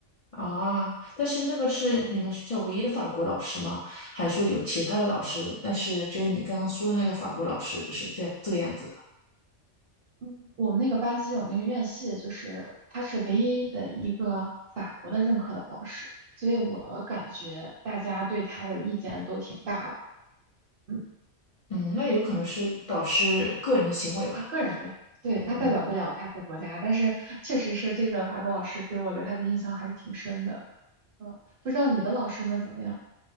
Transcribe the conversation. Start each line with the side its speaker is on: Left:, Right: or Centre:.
Left: 啊，但是那个是你们学校唯一的法国老师吗？
Right: 嗯
Left: 还是说有其他的老师？但是只有你刚刚说的那个法国老师是这这个样子的。
Right: 嗯，我们那个班级，我们那个院系，就是他是唯一的一个法国的任课的老师，所以我感觉大家对他的意见都挺大的。嗯，
Left: 嗯，那有可能是导师个人的行为吧。
Right: 他个人的，对，
Left: 嗯嗯。
Right: 他代表不了他的国家，但是确实是这个法国老师给我留下的印象还是挺深的。嗯，不知道你的老师们怎么样？